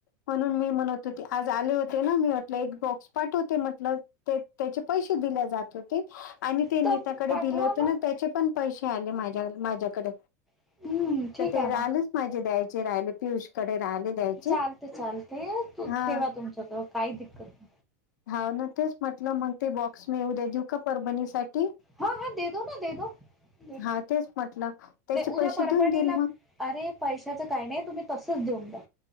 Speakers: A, on the left; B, in the centre.
A: म्हणून मी म्हणत होती आज आले होते ना मी म्हटलं एक बॉक्स पाठव होते म्हटल. ते ते त्याचे पैसे दिले जात होते आणि ते नीताकडे
B: तर पाठवा
A: दिले होते ना त्याचे पण पैसे आले माझ्याल माझ्याकड.
B: हम्म ठीक
A: तर ते
B: आहे
A: राहिलच
B: ना
A: माझे द्यायचे राहिले पियुषकडे राहिले. द्यायचे.
B: चालते चालते तू
A: हां
B: ठेवा तुमच्या कड काही दिक्कत नाही.
A: हा ना तेच म्हटलं मग ते बॉक्स मी उद्या घेऊ का परभणीसाठी?
B: हा हा दे दो ना दे दोे
A: हा तेच म्हटलं त्याचे
B: उद्या
A: पैसे
B: परभणीला
A: देऊन देईल मग.
B: अरे पैशाचं काही नाही तुम्ही तसच देऊन द्या.